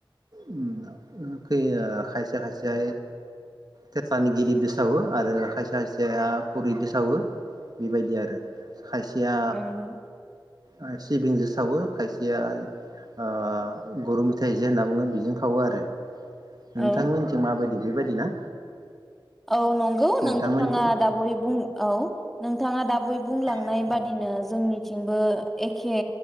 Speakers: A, on the right; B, in the centre.
A: उम खै-आ-खायसे खायसेया थेथ्लानि गिलिरजों सावो आरो खायसे खायसेया खुरिदो सावो। बेबायदि आरो खायसेया
B: नंगौ
A: ओ सिबिंजों सावो खायसेयाय ओ गुरु मेथाय जे होनना बुङो बेजों खावो आरो। नोंथां
B: औ
A: मोनिथिं माबादि। बेबायदि ना?
B: औ नंगौ
A: नोंथांमोनथिं
B: नोंथाङा दा बावै बुं औ नोंथाङा दाब वयै बुंलांनाय
A: अ
B: बादिनो जोंनि थिंबो एखे